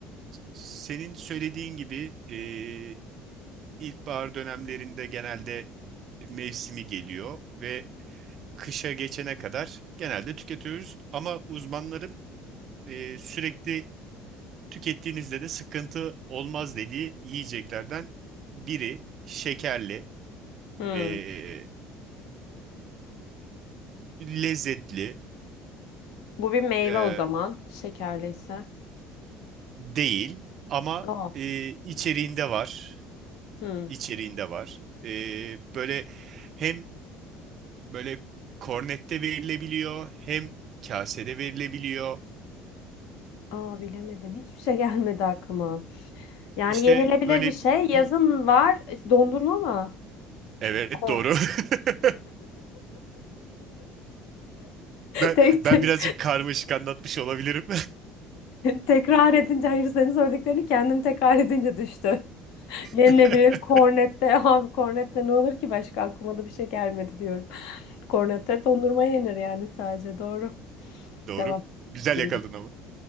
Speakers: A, on the right; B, on the left.
A: Senin söylediğin gibi eee ilkbahar dönemlerinde genelde mevsimi geliyor ve kışa geçene kadar genelde tüketiyoruz. Ama uzmanların eee, sürekli tükettiğinizde de sıkıntı olmaz dediği yiyeceklerden biri şekerli,
B: Hmm.
A: eee, lezzetli
B: Bu bir meyve
A: eee,
B: o zaman. Şekerliyse.
A: değil ama
B: Aa.
A: eee, içeriğinde var,
B: Hmm.
A: içeriğinde var. Eee, böyle hem böyle kornette verilebiliyor hem kasede verilebiliyor.
B: Aa bilemedim. Hiçbir şey <laughs> gelmedi aklıma. Yani
A: İşte
B: yenilebilir
A: böyle
B: bir şey. Yazın
A: bir
B: var. Dondurma mı?
A: evet
B: Ko.
A: doğru. <laughs> Ben
B: <laughs> Tek
A: ben
B: te-
A: birazcık karmaşık anlatmış olabilirim.
B: tekrar edince hayır senin söylediklerini kendim tekrar edince düştü. <laughs> Yenilebilir
A: <laughs>
B: kornette. Abi kornette ne olur ki başka aklıma da bir şey gelmedi diyorum. Kornette dondurma yenir yani sadece. Doğru.
A: Doğru.
B: Devam.
A: Güzel
B: Bildik.
A: yakaladın ama.